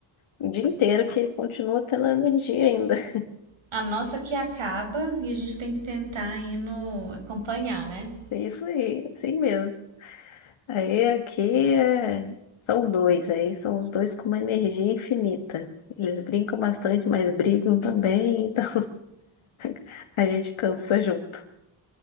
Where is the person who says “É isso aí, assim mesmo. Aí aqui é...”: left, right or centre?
Left